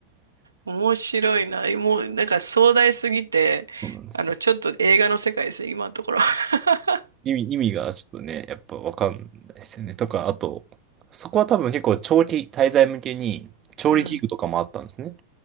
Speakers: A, on the right; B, on the right.
A: 面白いな。もう、なんか壮大すぎて、
B: そうなんですよ。
A: あの、ちょっと映画の世界ですね、今のところ。<laughs>
B: 意味、意味がちょっとね、やっぱ分かんないですよね。とか、あと、そこは多分結構長期滞在向けに調理器具とかもあったんですね。
A: うん。